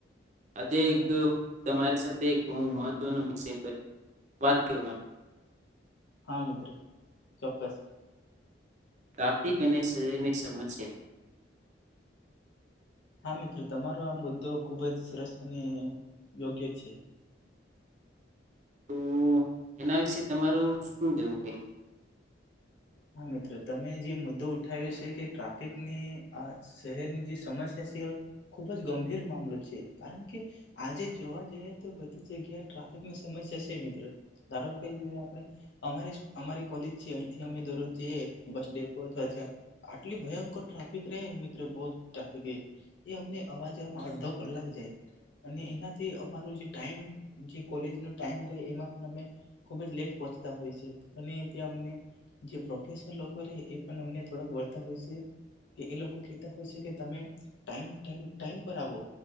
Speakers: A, on the right; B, on the left.
A: આજે
B: હા
A: એક તમારી સાથે તેહું મહત્વનો વિષય વાત કરવાની
B: હા મિત્ર ચોક્કસ
A: ટ્રાફિક અને શહેરની સમસ્યા
B: હા મિત્રો તમારો આ મુદ્દો ખુબ જ સરસ અને યોગ્ય છે
A: તો એના વિશે તમારું શું જેવું કે
B: હા મિત્ર તમે જે મુદ્દો ઉઠાવ્યો છે કે ટ્રાફિકની આ શહેરની જે સમસ્યા છે ખુબ જ ગંભીર મામલો છે કારણ કે આજે જોવા જઈએ તો બધી જગ્યાએ ટ્રાફિકની સમસ્યા છે મિત્રો ધારો કે જે આપણે અમારી અમારી કોલેજ છે અહીંથી અમે દો જઈએ બસ ડેપો <unintelligible> આટલી ભયંકર ટ્રાફિક રેય મિત્ર બો જ ટ્રાફિક એ અમને અવાજવામાં અડધો કલાક જાય અને એનાથી અમાર જે ટાઈમ જે કોલેજ નો ટાઈમ એમાં પણ અમે ખુબ જ લેટ પહોચતા હોય છે અને ત્યાં અને જે પ્રોફેસર એ લોકો પણ અમને થોડાક વળતા હોય છે કે એ લોકો કતા હોય છે કે તમે ટાઈમ ટાઈમ પર આવો